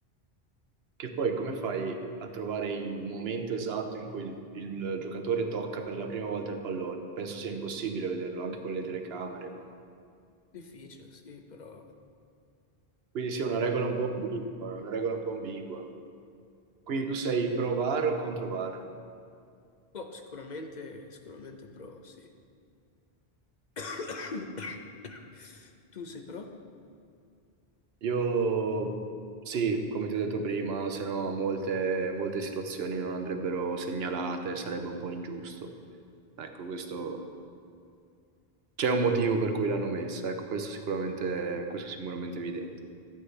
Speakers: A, on the right (about 75°); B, on the left (about 50°).
A: Che poi come fai a trovare il momento esatto in cui il, il giocatore tocca per la prima volta il pallone? Penso sia impossibile vederlo anche con le telecamere. con-
B: Difficile, sì, però
A: Quindi sia una regola un po' ambigua, una regola un po' ambigua. Quindi tu sei pro VAR o contro VAR?
B: boh, sicuramente, sicuramente pro, sì. <coughs> Tu sei pro?
A: Io sì, come ti ho detto prima, se no molte, molte situazioni non andrebbero segnalate, sarebbe un po' ingiusto. Ecco, questo c'è un motivo per cui l'hanno messa, ecco, questo sicuramente, questo è sicuramente evidente.